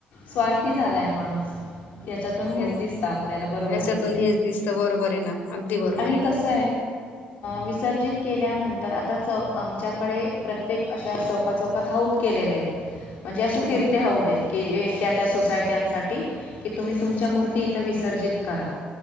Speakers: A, on the left; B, on the left.
A: स्वार्थी झालाय माणूस याच्यातून हेच
B: हो
A: दिसतं आपल्याला बरोबर
B: याच्यातून
A: की नाही
B: हेच दिसत बरोबर आहे ना अगदी बरोबर
A: आणि
B: आहे
A: कसं विसर्जित केल्यानंतर आता चौ आमच्याकडे प्रत्येक अशा चौका चौकात हाऊद केलेले आहेत म्हणजे असे फिरते
B: हा
A: हऊद हेत की त्या त्या सोसायट्यांसाठी की तुम्ही तुमच्या
B: अच्छा
A: मूर्ती इथं विर्जित करा